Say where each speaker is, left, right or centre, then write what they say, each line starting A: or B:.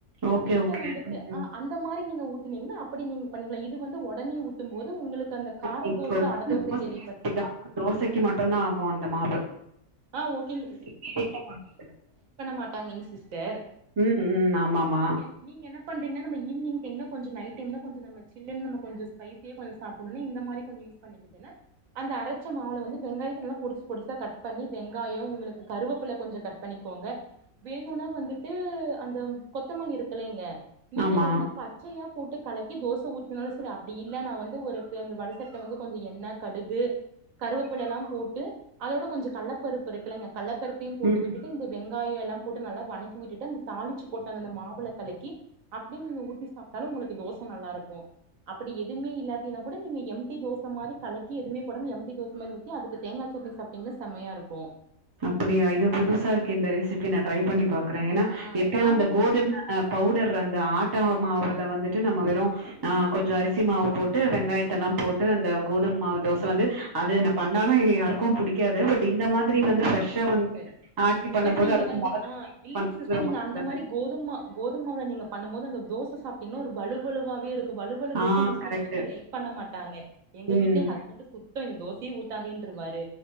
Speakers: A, on the right (about 40°); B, on the right (about 70°).
A: ஓகே,
B: நீங்க
A: ஓகே.
B: வந்துட்டு அ அந்த மாரி நீங்க ஊத் னீங்ன்னா அப்படி நீங்க பண்ணிக்கலா இது வந்து ஒட ஒடனே ஊத்தும் போது உங்களுக்கு அந்த காரதோச
A: நீங்க சொல்றது
B: அடதோச
A: யோசனையா
B: கேள்விப்பட்டிருக்கு
A: சரிதான். தோசைக்கு மட்டுந்தா ஆகு அந்த மாவு
B: ஆ ஓகேங்
A: <inaudible>
B: மாட்டாங்க எங் சிஸ்டர்
A: ம் ம் ஆமாமா
B: நீங்க நீங்க என்ன பண்றீங்கன்னா நம்ம ஈவினிங்க்கு என்ன கொஞ்ச நைட் டைம் னா கொஞ்ச நம்ம சில்லுனு கொஞ்சம் ஸ்பைசியா கொஞ்சம் சாப்புட்னு இந்த மாதிரி கொஞ்ச யூஸ் பண்ணிக்கிட்டினா அந்த புள்ச்சா மாவு வந்து வெங்காயத நல்லா பொடுசு பொடுசா கட் பண்ணி வெங்காயம் உங்களுக்கு கருவேப்பில கொஞ்சம் கட் பண்ணிக்கோங்க வேணும்னா வந்துட்டு அந்த கொத்தமலி இருக்குல்லங்க நீங்க
A: ஆமா
B: அது வந்து பச்சையா போட்டு கலக்கி தோசை ஊத்துதுனாலும் சரி அப்டி இல்லனா வந்து ஒருக்கு அந்த வடசட்டில வந்து கொஞ்ச எண்ண கடுகு கருவேப்புல எல்லாம் போட்டு அதோட கொஞ்சம் கல்ல ல்ல பருப்பு இருக்கலங்க கல்லப்பருப்பையும் போட்டு
A: ம்
B: விட்டு இந்த வெங்க வெங்காயம் எல்லாம் போட்டு நல்லா வணக்கி விட்டுட்டு அந்த தாளிச்சு போட்டத அந்த மாவுல கலக்கி அப்டியே நீங்க ஊத்தி சாப்ட்டாலும் உங்களுக்கு தோசை நல்லா இருக்கு அப்டி எதுவுமே இல்லாடினா கூட நீங்க எம்டி தோசை மாரி கலக்கி எதுவுமே போடாம லி தோச மாரி ஊத்தி அதுக்கு தேங்காய் சட்னி சாப்பிட்டீங்கன்னா செமையா இருக்கும்
A: அப்படியா இது புதுசா இருக்கு இந்த ரெசிபி நான் ட்ரை பண்ணி பாப் க்றேன் ஏன்னா
B: ஆ
A: எப்பயோ
B: நானு
A: அந்த கோதுமை பவுடர் அந்த ஆட் மாவுல வந்துட்டு நம்ம வெறும் ஆ கொஞ்சம் அரிசி மாவு போட்டு வெங்காயத்த எல்லாம் போட்டு அந்த கோதுமை மாவு தோசை வந்து அது பண்ணாலும் யாருக்கு புடிக்காது பட் இந்த மாதிரி வந்து ஃப்ரெஷ்ஷா
B: ஆமாங்க சிஸ்டர்
A: வந்து ஆட்டி பண்ணும்
B: பட்
A: போது
B: நீங்க
A: அதுக்கு
B: வந்து
A: மொள
B: ஆஹ் இல்லைங்க
A: பண்றது
B: சிஸ்டர்
A: ரொம்ப
B: நீங்க
A: நல்லது
B: அந்த மாதிரி கோதும கோதுமாவுல நீங்க பண்ணும் போது அந்த தோசை சாப்பிட்டீங்கன்னா ஒருவலுவலுவாவே இருக்கு வலுவல
A: ஆ
B: தோசை மோஸ்ட்லி
A: கரெக்ட்டு
B: யாருமே லைக் பண்ண மாட்டாங்க எங்க
A: ம்
B: வீட்டல ஹஸ்பண்ட் சுத்தம் இந்த தோசை <unintelligible> வருவாரு